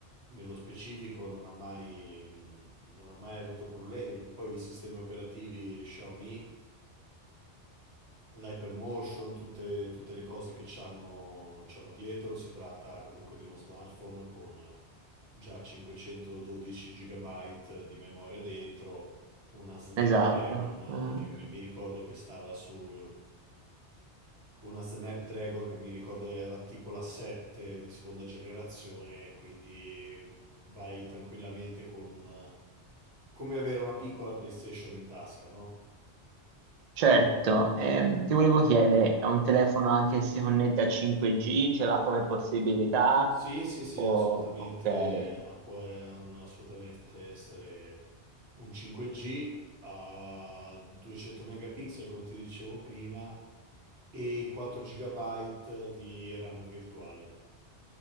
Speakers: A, on the right; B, on the right.
A: nello specifico non ha mai, mh, non ha mai avuto problemi. Poi i sistemi operativi Xiaomi, l'Hypermotion, tutte, tutte le cose che c'hanno, c'hanno dietro, si tratta comunque di uno smartphone con già 512 GB di memoria dentro. Una Snapdragon
B: esatto. Mm,
A: eh, che mi mi ricordo che stava su Una Snapdragon che mi ricordo era tipo la 7 di seconda generazione, quindi vai tranquillamente con una... come avere una piccola PlayStation in tasca, no?
B: Certo, Ehm, ti volevo chiedere, è un telefono anche che si connette a 5G, ce l'ha come possibilità?
A: Sì, sì, sì,
B: O...
A: assolutamente,
B: Ok,
A: ah, può eh, assolutamente essere un 5G a 200 megapixel, come ti dicevo prima, e 4 GB di RAM virtuale.